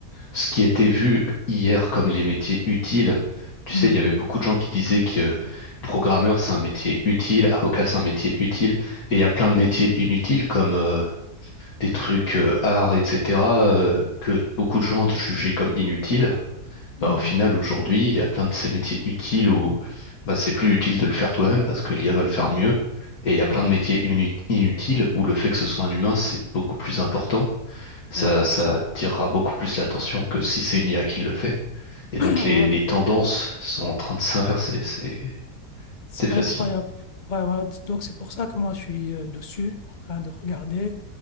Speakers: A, on the left (about 60°); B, on the left (about 40°).
A: ce qui était vu hier comme les métiers utiles. Tu
B: Mhm.
A: sais, il y avait beaucoup de gens qui disaient que euh, programmeur, c'est un métier utile, avocat, c'est un métier utile. Et il y a plein de métiers
B: <coughs>
A: inutiles comme euh, des trucs euh, art, etc., euh, que beaucoup de gens jugeaient comme inutiles.
B: Mhm.
A: Bah, au final, aujourd'hui, il y a plein de ces métiers utiles où bah, c'est plus utile de le faire toi-même parce que l'IA va le faire mieux. Et il y a plein
B: Voilà.
A: de métiers inut- inutiles où le fait que ce soit un humain, c'est beaucoup plus important. Ça,
B: Voilà,
A: ça
B: <coughs> absolument.
A: attirera beaucoup plus l'attention que si c'est une IA qui le fait. Et donc
B: <clears throat>
A: les, les tendances sont en train de s'inverser. C'est,
B: C'est
A: c'est fascinant.
B: incroyable. Ouais, voilà. Donc c'est pour ça que moi je suis euh, dessus, en train de regarder.